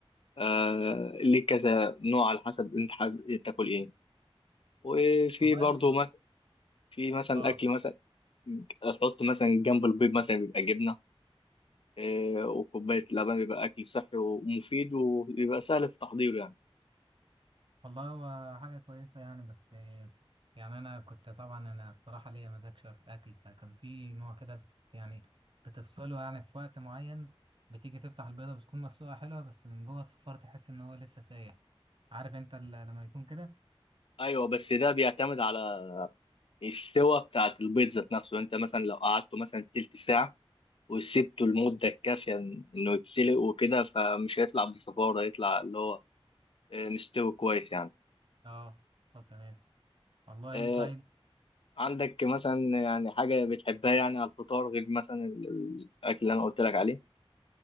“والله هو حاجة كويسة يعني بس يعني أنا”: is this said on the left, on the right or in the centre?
Right